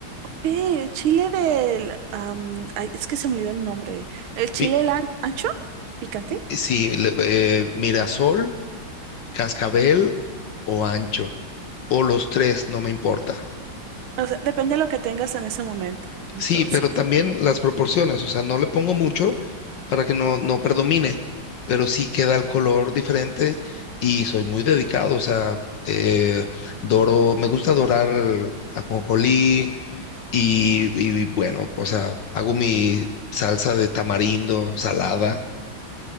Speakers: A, on the right; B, on the left.
A: ¿Qué? ¿Chile del... am, ay, es que se me olvidó el nombre. ¿El chile
B: Mi-
A: lan- ancho? ¿Picante?
B: Sí, le- eh, Mirasol cascabel o ancho, o los tres, no me importa.
A: O sea, depende de lo que tengas en ese momento. Entonces.
B: Sí, pero también las proporciones, o sea, no le pongo mucho para que no, no predomine, pero sí queda el color diferente y soy muy dedicado, o sea, eh, doro, me gusta dorar ajonjolí y, y bueno, o sea, hago mi salsa de tamarindo salada